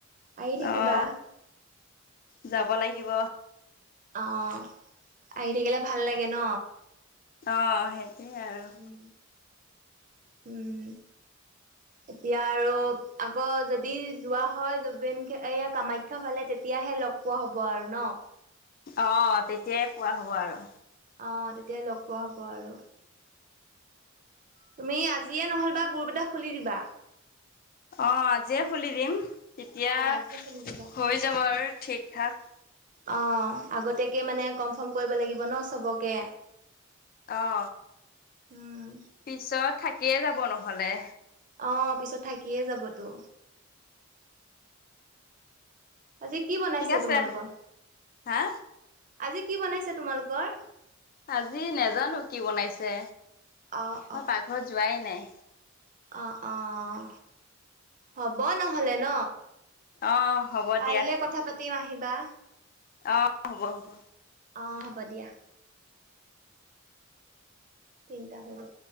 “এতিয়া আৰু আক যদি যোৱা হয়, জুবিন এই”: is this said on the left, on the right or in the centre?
Right